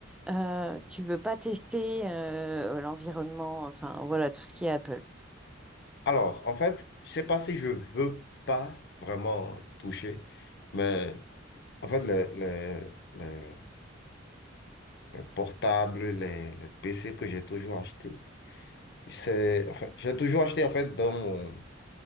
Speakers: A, in the centre; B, on the left (about 60°).
A: euh, tu veux pas tester euh, l'environnement, enfin voilà, tout ce qui est Apple.
B: Alors, en fait, je sais pas si je veux pas vraiment toucher, mais en fait, le, le, le, le portable, les, les PC que j'ai toujours acheté, C'est, enfin, j'ai toujours acheté en fait dans mon.